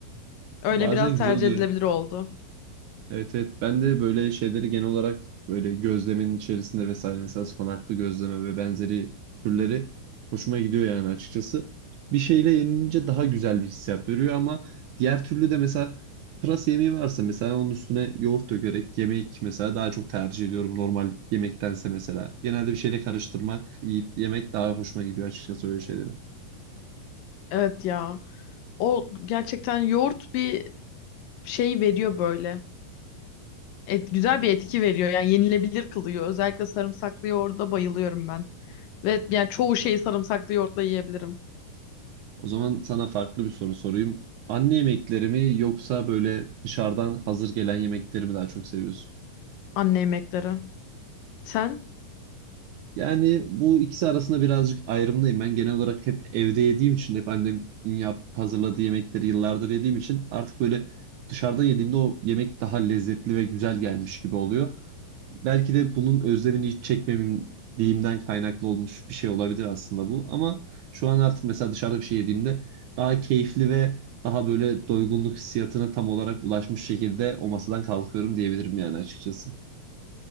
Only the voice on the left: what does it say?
Öyle
biraz tercih
edilebilir oldu.
Evet ya. O gerçekten yoğurt bir şey veriyor böyle. Et, güzel bir etki veriyor. Yani yenilebilir kılıyor. Özellikle sarımsaklı yoğurda bayılıyorum ben. Ve yani çoğu şeyi sarımsaklı yoğurtla yiyebilirim.
Anne yemekleri. Sen?